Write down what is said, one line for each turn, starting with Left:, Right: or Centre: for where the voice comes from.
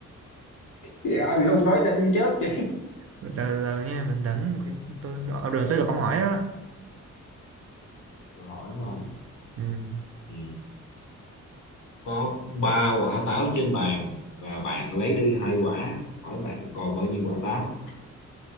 Left: Dạ ai bị không nói nhanh như chớp chứ.
Right: rồi từ từ nha bình tĩnh tôi ờ, rồi tới được ông hỏi đó
Left: Tôi hỏi đúng không?
Right: ừ
Left: Ừ. có ba quả táo trên bàn và bạn lấy đi hai quả hỏi bạn còn bao nhiêu quả táo